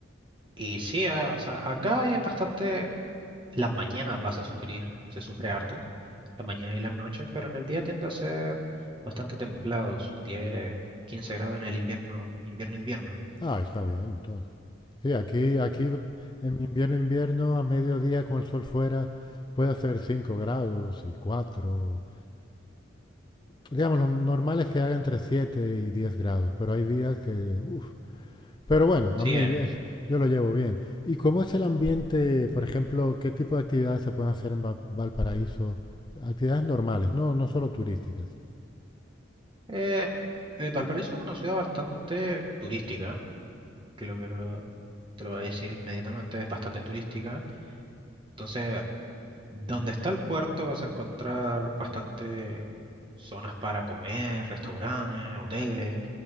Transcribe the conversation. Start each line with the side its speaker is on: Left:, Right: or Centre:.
Right: y sí, ah, o sea, acá es bastante, las mañanas vas a sufrir, se sufre harto, la mañana y las noches, pero en el día tiende a ser bastante templado, sus 10, 15 grados en el invierno, invierno, invierno.
Left: Ah, está bien, entonces. Sí, aquí, aquí en invierno, invierno, a mediodía con el sol fuera, puede hacer 5 grados y cuatro Digamos, lo normal es que haga entre 7 y 10 grados, pero hay días que, uf, Pero bueno,
Right: Sí,
Left: a mí
Right: eh.
Left: es- yo lo llevo bien. ¿Y cómo es el ambiente, por ejemplo, qué tipo de actividades se pueden hacer en Va- Valparaíso? Actividades normales, no, no solo turísticas.
Right: Eh, eh, Valparaíso es una ciudad bastante turística, que lo quiero, te lo voy a decir inmediatamente, es bastante turística. Entonces, donde está el puerto vas a encontrar bastante zonas para comer, restaurantes, hoteles.